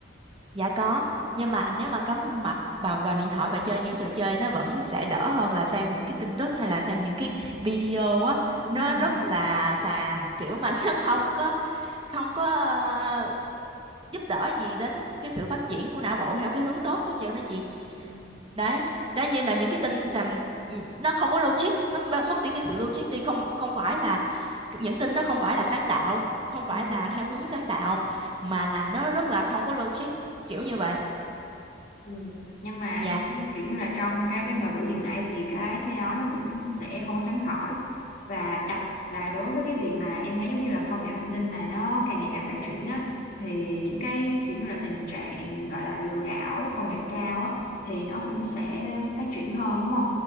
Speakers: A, on the right; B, on the left.
A: Dạ có, nhưng mà nếu mà cắm mặt vào vào điện thoại và chơi những trò chơi nó vẫn sẽ đỡ hơn là xem những cái tin tức hay là xem những
B: Ừ.
A: cái video á, nó
B: ừ.
A: rất
B: Ừ.
A: là xàm kiểu mà <laughs> nó không có không có ờ, giúp đỡ gì đến cái sự phát triển của não bộ theo cái hướng tốt hết trơn đó chị.
B: Ừ.
A: Đấy, đó như là những cái tin xàm ừ, nó không có logic, nó b- mất đi cái sự logic đi không không phải là những tin đó không phải là sáng tạo, không phải
B: Dạ.
A: là theo hướng sáng tạo mà là nó rất là không có logic kiểu như vậy.
B: Ừ. Nhưng mà
A: Dạ.
B: kiểu như là trong cái cái thời buổi hiện nay thì cái cái đó nó cũng sẽ không có tránh khỏi và đặc là đối với cái việc mà em thấy giống như là công nghệ thông tin mà nó càng ngày càng phát triển á thì những cái kiểu như là tình trạng gọi là lừa đảo công nghệ cao á thì nó cũng sẽ phát triển hơn đúng không?